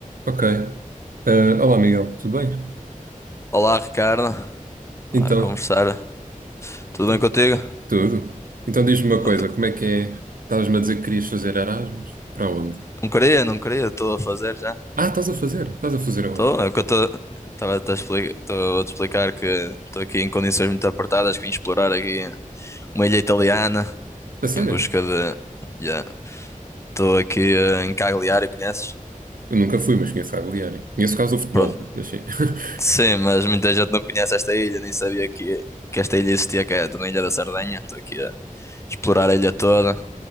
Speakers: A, on the right; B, on the left.
A: Ok. Ah, olá, Miguel, tudo bem?
B: Olá, Ricardo.
A: Então,
B: Olá, conversar. Tudo
A: t-
B: bem contigo?
A: tudo. Então diz-me uma
B: Pronto,
A: coisa, como é que é? Estavas-me a dizer que querias fazer Erasmus? Para onde?
B: não queria, não queria, estou a fazer já.
A: Ah, estás a fazer? Estás a fazer aonde?
B: Estou, é o que eu estou. Estava a te explicar, estou a te explicar que estou aqui em condições muito apertadas, que vim explorar aqui uma ilha italiana
A: A sério?
B: em busca de. Yeah. Estou aqui eh, em Cagliari, conheces?
A: Eu nunca fui, mas conheço a Agliária. Conheço o caso do futebol,
B: Pronto,
A: achei. <laughs>
B: sim, mas muita gente não conhece esta ilha, nem sabia que, que esta ilha existia, que é na Ilha da Sardenha. Estou aqui a explorar a ilha toda.